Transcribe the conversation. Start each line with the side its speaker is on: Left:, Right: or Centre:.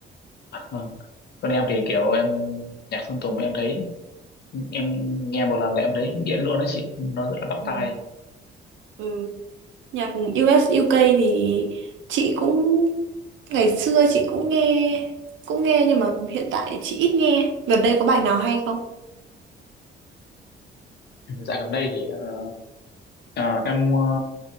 Left: Vâng. còn em thì kiểu em nhạc Sơn Tùng em thấy em nghe một lần là em thấy nghiện luôn đó chị nó rất là bắt
Right: Ừ.
Left: tai
Right: ừ. nhạc US UK thì chị cũng ngày xưa chị cũng nghe cũng nghe nhưng mà hiện tại chị ít nghe gần đây có bài nào hay không
Left: dạo gần đây thì ờ, ờ, em ờ,